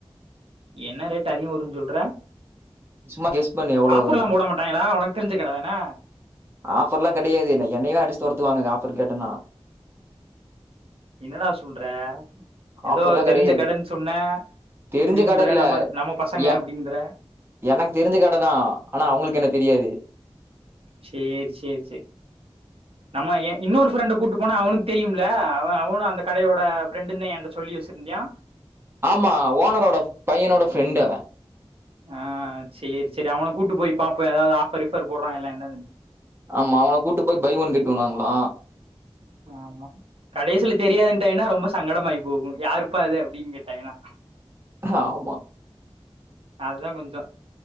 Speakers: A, on the right (about 65°); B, on the right (about 20°).
A: என்ன ரேட் அதிக வருன் சொல்ற
B: சும்மா கெஸ் பண்ணு எவ்ளோ
A: ஆஃப்பர்ல்லா
B: வருன்னு
A: போட மாட் டாய்ங்ளா ஒனக் தெரிஞ்ச கட தான
B: ஆஃப்பர்ல்லா கடையாது என்ன என்னயவே அடுச்சு தொரத்துவாங்க அங்க ஆஃபபர் கேட்டன்னா
A: இன்னடா சுல்ற எதோ
B: ஆஃபர்லா
A: தெரிஞ்ச
B: கெடையாது
A: கடன் சொன்ன
B: தெரிஞ்ச
A: இப்புடின்ற
B: கட இல்ல
A: நம்ம நம்ம பசங்க
B: எ
A: அப்டிங்ற
B: எனக்கு தெருஞ்ச கட தா ஆனா அவுங்ளுக் என்ன தெரியாது
A: சேர் சேர் சே நம்ம ஏ இன்னொரு ஃப்ரெண்ட கூட்டு போன அவனுக் தெரியும்ல அவ அவுனு அந்த கடையோட ஃப்ரெண்டுன்தா என்ட்ட சொல்லி வச் சிருந்யா
B: ஆமா ஓனரோட பையனோட ஃப்ரெண்டு அவே
A: அ சேர் சேரி அவன கூட்டு போய் பாப்போ எதாவ்து ஆஃப்பர் ஈஃப்பர் போட்றாய்ங்களா என்னதுன்
B: ஆமா அவன கூட்டு போய் ஃபை ஒன் கெட் ஒன் வாங்ளா
A: ஆமா கடைசில தெரியாதுன்ட்டாய்ன்னா ரொம்ப சங்கடமாயி போகு யாருப்பா அது அப்டின் கேட்டாங்கனா
B: ஆமா
A: அதுதா கொஞ்சோ